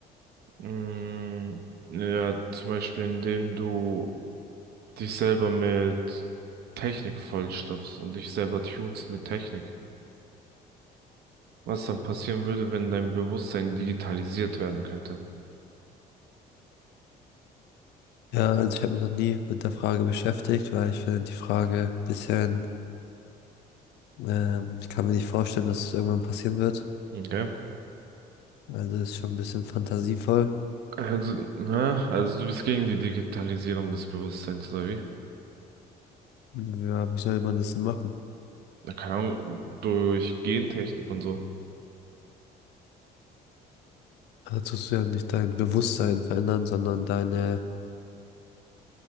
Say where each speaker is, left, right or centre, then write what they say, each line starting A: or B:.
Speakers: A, on the right; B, on the left.
A: Mm, ja, zum Beispiel, indem du dich selber mit Technik vollstopfst und dich selber tunst mit Technik. Was dann passieren würde, wenn dein Bewusstsein digitalisiert werden könnte?
B: Ja, also ich habe mich noch nie mit der Frage beschäftigt, weil ich finde die Frage ein bisschen, ähm, ich kann mir nicht vorstellen, dass es irgendwann passieren wird.
A: Okay.
B: Also ist schon ein bisschen fantasievoll.
A: Also, ne, also du bist gegen die Digitalisierung des Bewusstseins, oder wie?
B: Ja, wie soll man das denn machen?
A: Na, keine Ahnung, durch Gentechnik und so.
B: Da tust du ja nicht dein Bewusstsein verändern, sondern deine,